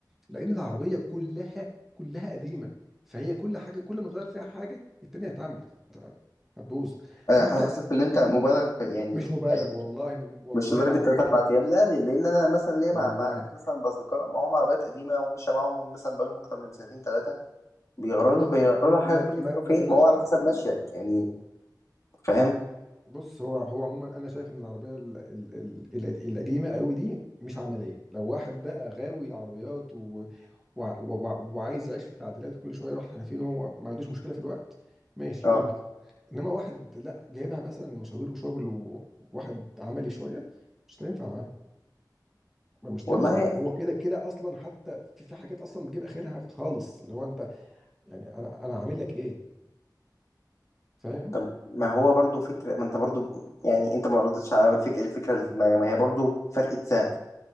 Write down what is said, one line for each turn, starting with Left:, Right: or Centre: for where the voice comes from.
Centre: لان العربيه كلها كلها قديمه فهي كل حاجه كل ما تغير فيها حاجه التانيه هتعمل هت- هتبوظ
Left: انا
Centre: فانت
Left: أنا حاسس ان انت مبالغ في يعني
Centre: مش مبالغ
Left: يعني
Centre: والله ما- والله
Left: مش لدرجه
Centre: العربيه
Left: ثلاث
Centre: القديمه
Left: اربع
Centre: كده
Left: ايام لا لان انا مثلا ليا
Centre: والله
Left: مع- معارف مثلا باصدقاء معاهم عربيات قديمه ومش معاهم مثلا بقالهم اكتر من سنتين ثلاثه بيغيروا
Centre: ما
Left: لها- بيغيروا لها حاجه
Centre: ما
Left: كل
Centre: ما,
Left: فين وفين
Centre: ما بيروحش
Left: ما هو على
Centre: الحرفيين
Left: حسب ماشيك يعني فاهم
Centre: بص هو هو عموما انا شايف ان العربيه ال ال ال ال القديمه قوي دي مش عمليه لو واحد بقى غاوي العربيات و وع- وع- وعايز يعيش في التعديلات وكل شويه يروح الحرفيين وهو ما عندوش مشكله في الوقت ماشي
Left: اه
Centre: ممكن انما واحد لا جايبها مثلا مشاوير وشغل وواحد عملي شويه مش هتنفع معاه مش تنفع
Left: والله
Centre: معاه. هو كده كده اصلا حتى في في حاجات اصلا بتجيب اخرها خالص اللي هو انت يعني انا انا عامل لك ايه فاهم
Left: طب ما هو برضو فكره ما انت برضو يعني انت ما ردتش على فكره الفكره اللي في دماغي ما هي برضو فرقه